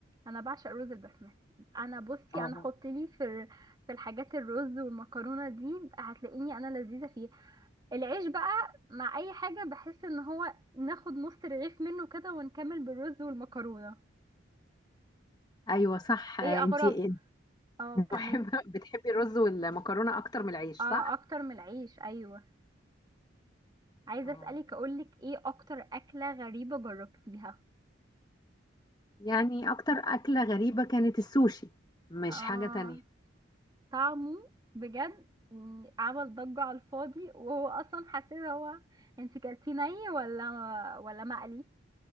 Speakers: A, on the right (about 20°); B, on the left (about 20°).
A: انا بعشق رز البسمتي انا بصي
B: اه
A: انا حط لي في ال- في الحاجات الرز والمكرونه دي هتلاقيني انا لذيذه فيه العيش بقى مع اي حاجه بحس ان هو ناخد نص رغيف منه كده ونكمل بالرز والمكرونه
B: ايوه صح آه،
A: ايه
B: انتي
A: اغرب اه
B: محبة
A: كملي
B: <laughs> بتحبي الرز والمكرونة أكتر من العيش
A: اه
B: صح؟
A: اكتر من العيش ايوه عايزه
B: اه
A: اسالك اقولك ايه اكتر اكله غريبه جربتيها
B: يعني أكتر أكلة غريبة كانت السوشي مش
A: اه
B: حاجة تانية
A: طعمه بجد يعني عمل ضجه على الفاضي وهو اصلا حسيت هو انت كلتي ني ولا ولا مقلي